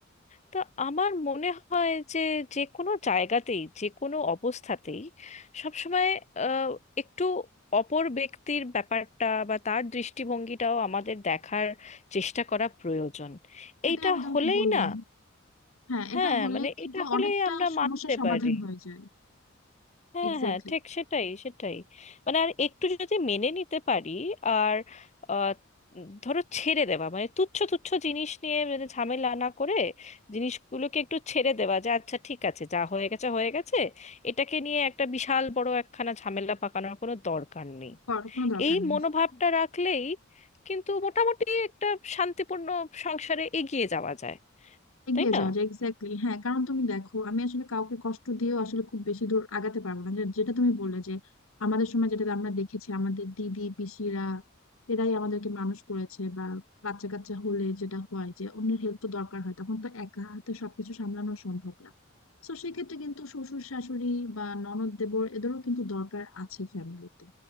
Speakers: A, on the left; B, on the left.
A: তা আমার মনে হয় যে যে কোনো জায়গাতেই যে কোনো অবস্থাতেই সবসময় আহ, একটু অপর ব্যক্তির ব্যাপারটা বা তার দৃষ্টিভঙ্গিটাও আমাদের দেখার চেষ্টা করা প্রয়োজন
B: সেটাই
A: এইটা
B: আমি তোমাকে
A: হলেই
B: বললাম
A: না
B: হ্যাঁ এটা
A: হ্যাঁ
B: হলে
A: মানে
B: কিন্তু
A: এটা হলেই
B: অনেকটা
A: আমরা
B: সমস্যা
A: মানতে
B: সমাধান
A: পারি
B: হয়ে যায়
A: হ্যাঁ
B: এক্স্যাক্টলি
A: হ্যাঁ ঠিক সেটাই সেটাই মানে আর একটু যদি মেনে নিতে পারি আর আহ, ধরো ছেড়ে দেওয়া মানে তুচ্ছ তুচ্ছ জিনিস নিয়ে মানে ঝামেলা না করে জিনিসগুলোকে একটু ছেড়ে দেওয়া যে আচ্ছা ঠিক আছে যা হয়ে গেছে হয়ে গেছে এটাকে নিয়ে একটা বিশাল বড় একখানা ঝামেলা পাকানোর কোনো দরকার নেই
B: কর কোনো দরকার
A: এই
B: নেই
A: মনোভাবটা রাখলেই কিন্তু মোটামুটি একটা শান্তিপূর্ণ সংসারে এগিয়ে যাওয়া যায়
B: এগিয়ে
A: তাই না
B: যাওয়া যায় এক্স্যাক্টলি হ্যাঁ কারণ তুমি দেখো আমি আসলে কাউকে কষ্ট দিয়েও আসলে খুব বেশি দূর আগাতে পারবো না যে- যেটা তুমি বললে যে আমাদের সময় যেটা আমরা দেখেছি আমাদের দিদি পিসিরা এরাই আমাদেরকে মানুষ করেছে বা বাচ্চা কাচ্চা হলে যেটা হয় যে অন্যের হেল্প তো দরকার হয় তখন তো একা হাতে সবকিছু সামলানো সম্ভব না তো সেক্ষেত্রে কিন্তু শ্বশুর শাশুড়ি বা ননদ দেবর এদেরও কিন্তু দরকার আছে ফ্যামিলিতে